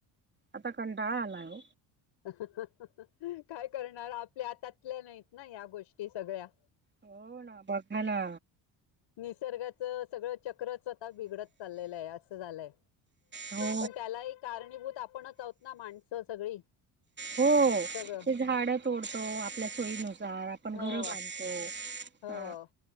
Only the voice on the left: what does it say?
ह काय करणार आपल्या आता ल्या नाहीत ना या गोष्टी सगळ्या
निसर्गाच सगळं चक्र स्व आता बिघडत चाललेलं आहे झाले
पण त्यालाही कारणीभूत आपणच आहत ना माणस स सगळी
सगळं
हो
हो